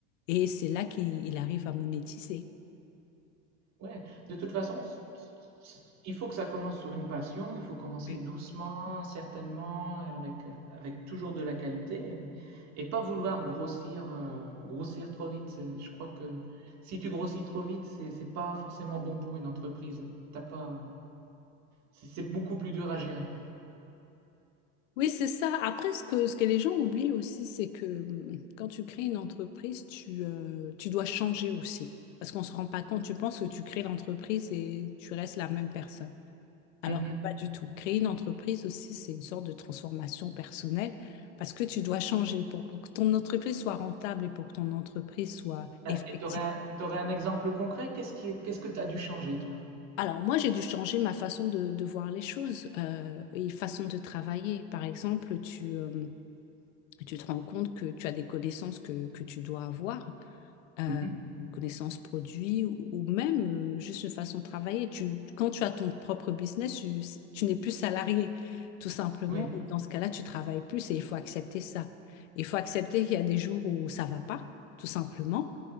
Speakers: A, on the left; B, on the right.
A: Et c'est là qu'il il arrive à monétiser.
B: Ouais, de toute façon, c- c- il faut que ça commence sur une passion, il faut commencer
A: Oui.
B: doucement, certainement, avec, euh, avec toujours de la qualité, mais- et pas vouloir grossir, euh, grossir trop vite. C'est- Je crois que si tu grossis trop vite, c'est c'est pas forcément bon pour une entreprise. T'as pas, c'est c'est beaucoup plus dur à gérer.
A: Oui, c'est ça. Après, ce que, ce que les gens oublient aussi, c'est que hum, quand tu crées une entreprise, tu, euh, tu dois changer aussi. Parce qu'on ne se rend pas compte, tu penses que tu crées l'entreprise et tu restes la même personne. Alors
B: Mhm.
A: que pas du tout. Créer une entreprise aussi, c'est une sorte de transformation personnelle parce que tu dois changer pour, pour que ton entreprise soit rentable et pour que ton entreprise soit
B: Ah,
A: effective.
B: Et t'aurais, un t'aurais un exemple concret? Qu'est-ce qui, qu'est-ce que t'as dû changer, toi?
A: Alors moi, j'ai dû changer ma façon de, de voir les choses euh, et façon de travailler. Par exemple, tu, euh, tu te rends compte que tu as des connaissances que, que tu dois avoir. euh,
B: Mhm.
A: une connaissance produit ou ou même euh, juste une façon de travailler. Tu, quand tu as ton propre business, tu, tu n'es plus salarié, tout simplement.
B: Oui.
A: Et dans ce cas-là, tu travailles plus et il faut accepter ça. Il faut accepter qu'il y a des jours où ça va pas, tout simplement.